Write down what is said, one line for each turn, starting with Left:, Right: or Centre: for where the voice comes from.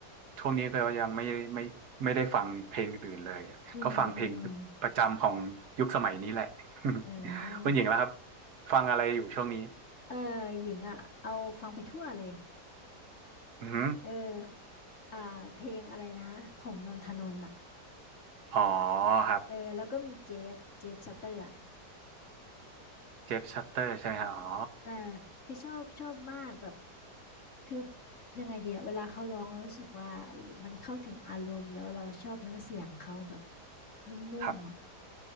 Right: ช่วงนี้ก็ยังไม่ไม่ไม่ได้ฟังเพลงอื่นๆเลยก็ฟังเพลง
Left: อืมอืมอืมอืม
Right: ประจำของยุคสมัยนี้แหละ <laughs>
Left: อ่า
Right: คุณหญิงแล้วครับฟังอะไรอยู่ช่วงนี้
Left: เออหญิงอ่ะเอาฟังไปทั่วเลย
Right: อือหือ
Left: เอออ่าเพลงอะไรนะของนนทนนท์อ่ะ
Right: อ๋อครับ
Left: เออแล้วก็มีเจฟเจฟซัตเตอร์อ่ะ
Right: เจฟชัตเตอร์ใช่ไหมฮะอ๋อ
Left: อ่าคือชอบชอบมากแบบคือยังไงเดียเวลาเขาร้องเรารู้สึกว่ามันเข้าถึงอารมณ์แล้วเราชอบเนื้อเสียงเขาแบบนุ่มๆอ่ะ
Right: ครับ